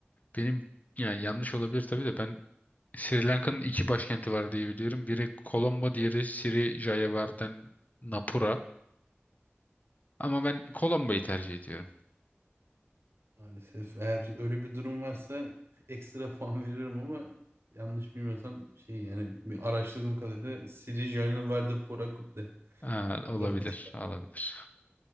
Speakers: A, on the left; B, on the right.
A: Benim yani yanlış olabilir tabii de ben Sri Lanka'nın iki başkenti var diye biliyorum. Biri Colombo, diğeri Sri Jayawardenepura. Napura. Ama ben Colombo'yu tercih ediyorum.
B: Maalesef eğer öyle bir durum varsa ekstra <laughs> puan veririm ama yanlış bilmiyorsam şey yani bir araştırdığım kadarıyla Sri Jayawardenepura Kotte.
A: Ha, olabilir,
B: Doğru.
A: olabilir.
B: <laughs>